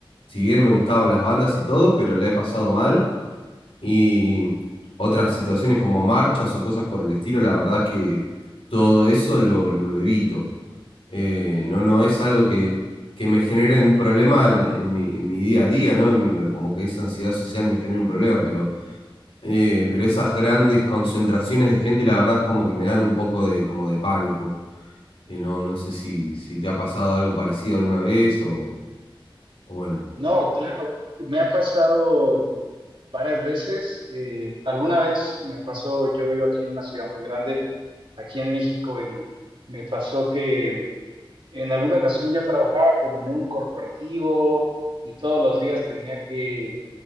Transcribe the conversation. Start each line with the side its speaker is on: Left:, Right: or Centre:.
Left: Si bien me gustaban las bandas y todo, pero la he pasado mal. Y otras situaciones como marchas o cosas por el estilo, la verdad que todo eso lo, lo evito. Eh, no, no es algo que, que me genere un problema en, en mi, en mi día a día, ¿no? En mi- como que esa ansiedad social me genera un problema, pero, eh, pero esas grandes concentraciones de gente, la verdad es como que me dan un poco de, como de pánico. Eh, no, no sé si, si te ha pasado algo parecido alguna vez o, o bueno.
Right: No, claro, me ha pasado varias veces. eh, alguna vez me pasó, yo vivo aquí en una ciudad muy grande, aquí en México, y me pasó que mm, en alguna ocasión yo trabajaba como en un corporativo y todos los días tenía que